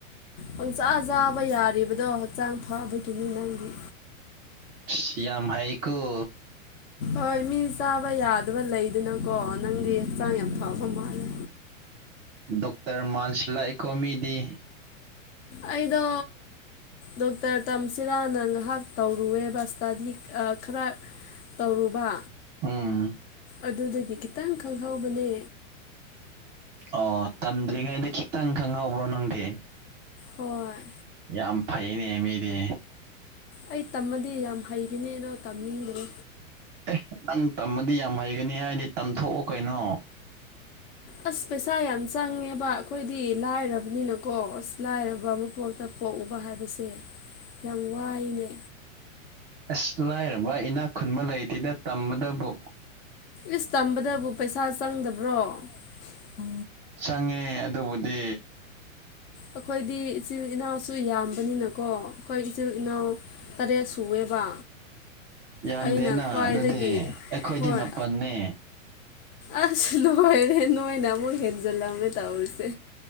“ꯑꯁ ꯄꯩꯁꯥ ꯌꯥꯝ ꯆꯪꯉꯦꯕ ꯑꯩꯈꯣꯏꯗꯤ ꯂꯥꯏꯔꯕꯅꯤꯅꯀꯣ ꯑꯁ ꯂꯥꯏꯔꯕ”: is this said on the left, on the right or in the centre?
Left